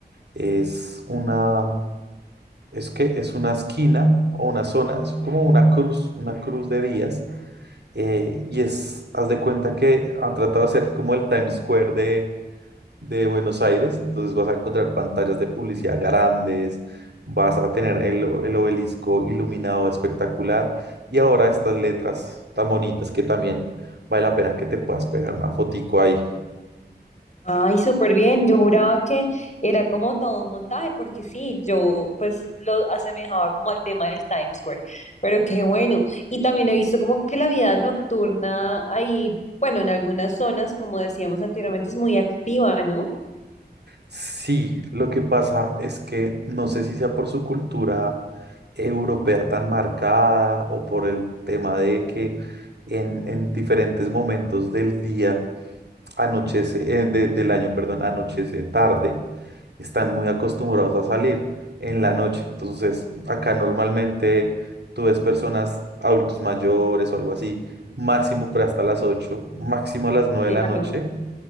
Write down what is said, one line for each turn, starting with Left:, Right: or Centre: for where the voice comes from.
Right: es una, es que es una esquina o una zona, es como una cruz, una cruz de vías, eh, y es, haz de cuenta que han tratado de hacer como el Times Square de, de Buenos Aires, entonces vas a encontrar pantallas de publicidad grandes, vas a tener el, o- el obelisco iluminado espectacular, y ahora estas letras tan bonitas que también vale la pena que te puedas pegar una fotico ahí.
Left: Ay, súper bien. Yo juraba que era como todo un montaje, porque sí, yo pues lo asemejaba como al tema del Times Square, pero qué bueno. Y también he visto como que la vida nocturna ahí, bueno, en algunas zonas, como decíamos anteriormente, es muy activa, ¿no?
Right: Sí, lo que pasa es que no sé si sea por su cultura europea tan marcada o por el tema de que en, en diferentes momentos del día anochece, eh, de- del año, perdón, anochece tarde, están muy acostumbrados a salir en la noche. Entonces, acá normalmente tú ves personas, adultos mayores o algo así, máximo para hasta las ocho máximo a las nueve
Left: Claro.
Right: de la noche